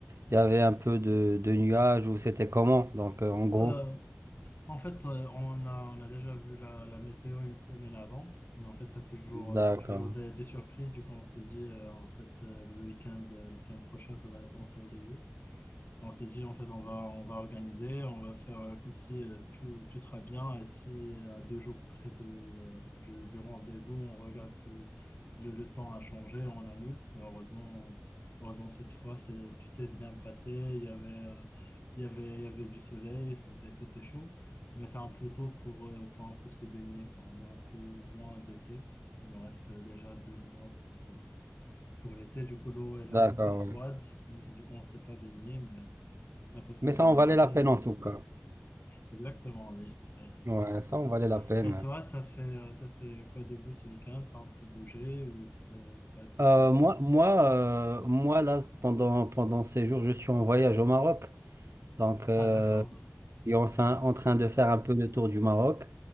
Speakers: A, on the right (about 75°); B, on the left (about 50°).
A: il y avait un peu de, de nuages ou c'était comment? Donc euh, en gros.
B: Euh, en fait, euh, on a, on a déjà vu la, la météo une semaine avant. Mais en fait, tu as toujours,
A: D'accord.
B: t'as toujours des, des surprises. Du coup, on s'est dit, euh, en fait, euh, le week-end, euh, le week-end prochain, ça va être ensoleillé. On s'est dit, en fait, on va, on va organiser, on va faire euh, comme si euh, tout, tout sera bien. Et si euh, à deux jours près de, euh, du, du rendez-vous, on regarde que le, le temps a changé, on annule. Mais heureusement, heureusement cette fois, c'est, tout est bien passé. Il y avait, euh, il y avait, il y avait du soleil, c'était, c'était chaud. Mais c'est un peu tôt pour, euh, pour un peu se baigner, car on est un peu loin d'été. Il nous reste déjà deux mois pour, euh, pour l'été, du coup, l'eau, elle
A: D'accord,
B: est un peu froide,
A: ouais.
B: mais du coup, on ne s'est pas baigné, mais euh, on a passé
A: Mais ça
B: des,
A: en valait
B: des bons
A: la peine
B: moments.
A: en tout cas.
B: Exactement, oui, Oui, c'est
A: Ouais,
B: ce que je disais.
A: ça en valait la peine.
B: Et toi, t'as fait, euh, t'as fait quoi de beau ce week-end? T'as un peu bougé ou t'as t'es resté
A: Euh,
B: chez toi?
A: moi moi euh, moi là pendant pendant ces jours, je suis en voyage au Maroc. Donc, euh,
B: Ah, d'accord.
A: suis enfin en train de faire un peu le tour du Maroc.